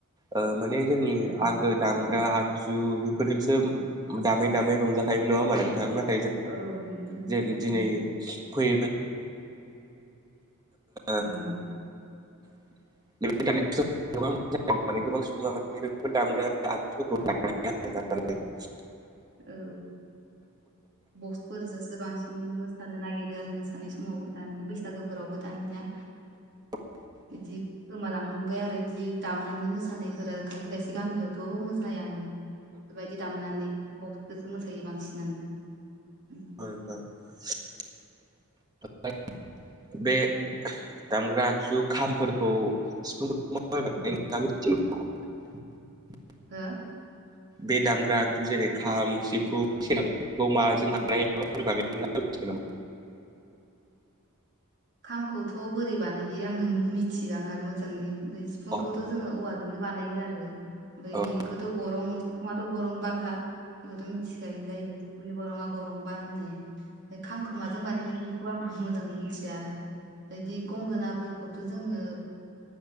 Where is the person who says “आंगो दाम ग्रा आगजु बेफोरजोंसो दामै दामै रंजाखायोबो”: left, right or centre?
Right